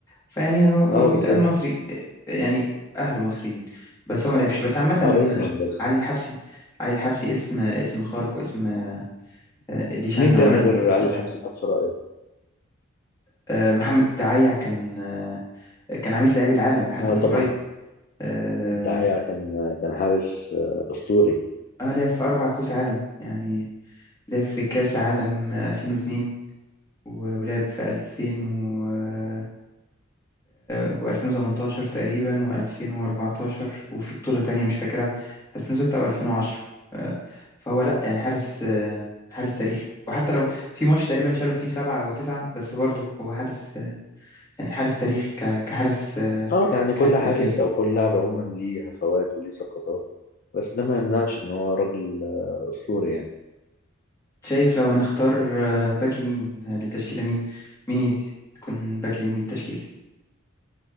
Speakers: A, on the left; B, on the left.
A: فيعني هو هو
B: اه
A: بيتقال
B: بالظبط
A: مصري يعني أهله مصريين بس هو ما لعبش بس عامة
B: اه اسما بس
A: علي الحبسي علي الحبسي اسم اسم خارق واسم آه، اللي شنا
B: مين تاني
A: ورنا
B: غير
A: في
B: علي الحبس ده في رأيك؟
A: آه، محمد الدعيع كان آه، كان عميد لاعبي العالم لحد
B: اه
A: من
B: طبعا
A: قريب اه
B: الدعيع كان كان حارس آه، أسطوري
A: آه، لعب في أربع كأس عالم يعني لعب في كأس عالم 2002 و- ولعب في 2000 آه، و2018 تقريبا و2014 وفي بطولة تانية مش فاكرها 2006 او 2010 آه، فهو لا يعني حارس آه، حارس تاريخي وحتى لو في ماتش تقريبا شالوا فيه سبعة او تسعة بس برضه هو حارس آه، يعني حارس تاريخي ك- كحارس آه،
B: اه يعني كل
A: كحارس
B: حارس
A: اسيوي
B: او كل لاعب عموما ليه هفوات وليه سقطات بس ده ما يمنعش ان هو راجل آه، اسطوري يعني
A: شايف لو هنختار آه، باك يمين آه، للتشكيلة مين مين يت- تكون باك يمين للتشكيل